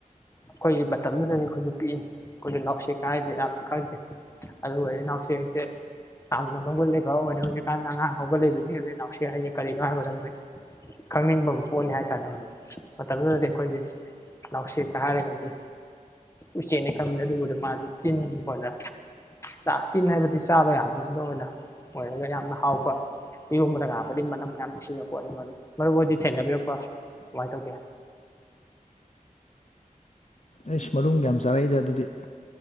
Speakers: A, on the left; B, on the left.
A: ꯑꯩꯈꯣꯏꯒꯤ ꯃꯇꯝꯗꯨꯗꯗꯤ ꯑꯩꯈꯣꯏꯖꯨ ꯄꯤꯛꯏ ꯑꯩꯈꯣꯏꯖꯨ ꯅꯥꯎꯁꯦꯛꯀꯥ ꯍꯥꯏꯖꯦ ꯌꯥꯝꯅ ꯈꯪꯗꯦ ꯑꯗꯨꯒꯅꯦ ꯅꯥꯎꯁꯦꯛꯁꯦ ꯌꯥꯝꯅ ꯃꯒꯨꯟ ꯂꯩꯕ ꯑꯣꯏꯔꯦ ꯍꯧꯖꯤꯛꯀꯥꯟꯗ ꯑꯉꯥꯡ ꯍꯧꯒꯠ ꯂꯤꯕꯖꯤꯡ ꯑꯁꯤ ꯅꯥꯎꯁꯦꯛ ꯍꯥꯏꯖꯦ ꯀꯔꯤꯅꯣ ꯍꯥꯏꯕꯗ ꯃꯣꯏ ꯈꯪꯅꯤꯡꯕꯝ ꯄꯣꯛꯑꯅꯤ ꯍꯥꯏꯇꯥꯔꯦ <unintelligible> ꯃꯇꯝꯗꯨꯗꯗꯤ ꯑꯩꯈꯣꯏꯒꯤ ꯅꯥꯁꯦꯛꯀꯥ ꯍꯥꯏꯔꯒꯗꯤ ꯎꯆꯦꯛꯅꯤ ꯈꯟꯕ ꯑꯗꯨꯒꯗꯤ ꯃꯥꯗꯤ ꯇꯤꯟ <unintelligible> ꯆꯥ ꯇꯤꯟ ꯍꯥꯏꯕꯗꯤ ꯆꯥꯕ ꯌꯥꯕ ꯔꯣꯝꯗ ꯑꯣꯏꯅ ꯑꯣꯏꯔꯒ ꯌꯥꯝꯅ ꯍꯥꯎꯕ ꯏꯔꯣꯝꯕꯗꯒ ꯍꯥꯞꯄꯗꯤ ꯃꯅꯝ ꯌꯥꯝ ꯅꯨꯡꯁꯤꯕ ꯄꯣꯠꯅꯤ ꯃꯔꯨꯞ ꯑꯣꯏꯗꯤ ꯊꯦꯡꯅꯕꯤꯔꯛꯄ ꯀꯃꯥꯏꯟ ꯇꯧꯒꯦ
B: ꯑꯩꯁ ꯃꯔꯨꯝꯒ ꯌꯥꯝ ꯆꯥꯔꯛꯏꯗ ꯑꯗꯨꯗꯤ